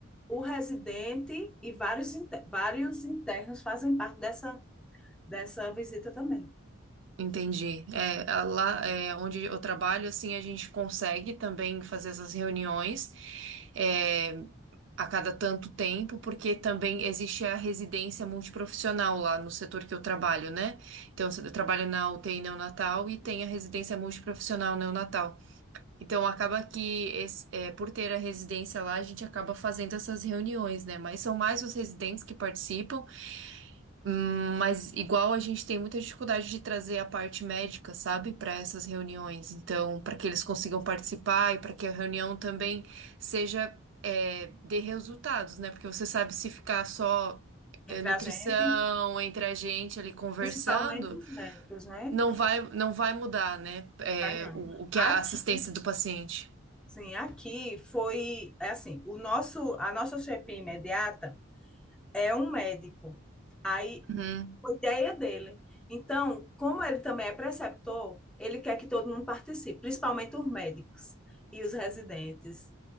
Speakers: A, in the centre; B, on the right (about 60°).
A: o residente e vários inter- vários internos fazem parte dessa dessa visita também.
B: Entendi. É, a- lá é, onde eu trabalho, assim, a gente consegue também fazer essas reuniões é, a cada tanto tempo, porque também existe a residência multiprofissional lá no setor que eu trabalho, né? Então, eu trabalho na UTI neonatal e tem a residência multiprofissional neonatal. Então, acaba que, esse- é, por ter a residência lá, a gente acaba fazendo essas reuniões, né? Mas são mais os residentes que participam Hum, Mas igual a gente tem muita dificuldade de trazer a parte médica, sabe, para essas reuniões. Então, para que eles consigam participar e para que a reunião também seja é, dê resultados, né? Porque você sabe se ficar só é,
A: Entre
B: nutrição
A: a gente,
B: entre a gente ali conversando,
A: principalmente os médicos, né?
B: não vai não vai mudar, né? é,
A: Vai não.
B: o, o que
A: Aqui
B: é a assistência do paciente.
A: Sim, aqui foi é assim, o nosso, a nossa chefia imediata é um médico. Aí
B: Uhum.
A: foi ideia dele. Então, como ele também é preceptor, ele quer que todo mundo participe, principalmente os médicos e os residentes,